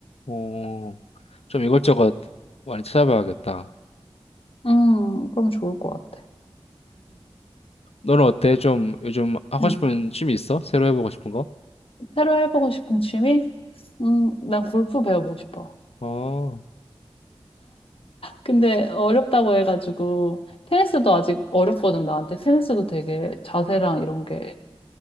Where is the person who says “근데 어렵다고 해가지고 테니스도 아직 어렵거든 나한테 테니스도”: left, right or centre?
Left